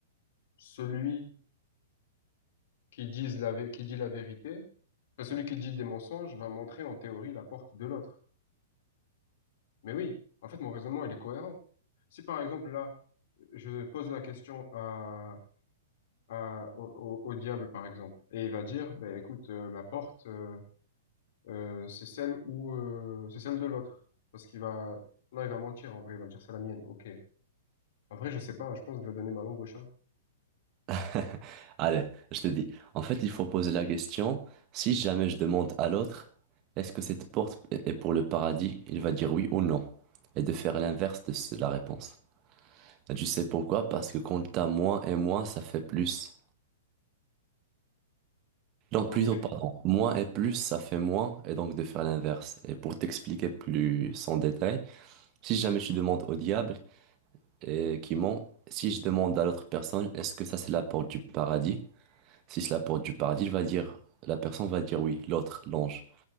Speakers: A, on the left; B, on the right.
A: celui qui dise la vé- qui dit la vérité, enfin, celui qui dit des mensonges va montrer en théorie la porte de l'autre. Mais oui, en fait, mon raisonnement, il est cohérent. Si par exemple, là, je pose la question à, à- au, au- au diable, par exemple, et il va dire, ben écoute, euh, la porte, euh, euh, c'est celle où euh, c'est celle de l'autre. Parce qu'il va non, il va mentir en vrai, il va dire c'est la mienne. Ok. En vrai, je sais pas, je pense que je vais donner ma langue au chat.
B: <laughs> Allez, je te dis. En fait, il faut poser la question, si jamais je demande à l'autre, est-ce que cette porte est est pour le paradis? Il va dire oui ou non. Et de faire l'inverse de ce- la réponse. Et tu sais pourquoi? Parce que quand t'as moins et moins, ça fait plus. Non,
A: Ok.
B: plutôt, pardon. Moins et plus, ça fait moins, et donc de faire l'inverse. Et pour t'expliquer plus en détail, si jamais tu demandes au diable et qui ment, si je demande à l'autre personne, est-ce que ça c'est la porte du paradis? Si c'est la porte du paradis, il va dire, la personne va dire oui, l'autre, l'ange.